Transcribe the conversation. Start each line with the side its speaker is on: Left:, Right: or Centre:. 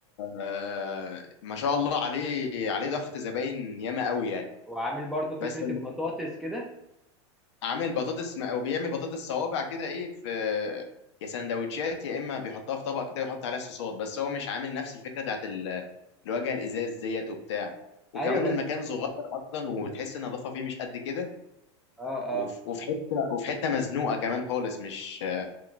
Left: آه، ما شاء الله عليه عليه ضغط زباين ياما قوي يعني
Centre: وعامل برضو فكرة
Left: بس الم-
Centre: البطاطس كده
Left: عامل بطاطس م- او بيعمل بطاطس صوابع كده ايه في يا سندوتشات يا اما بيحطها في طبق كده ويحط عليها صوصات بس هو مش عامل نفس الفكره بتاعت ال- الواجهه الازاز ديت وبتاع وكمان
Centre: ايوه بس
Left: المكان صغير اصلا وتحس النظافه فيه مش قد كده
Centre: اه اه
Left: وف- وفي حته وفي حته مزنوقه كمان خالص مش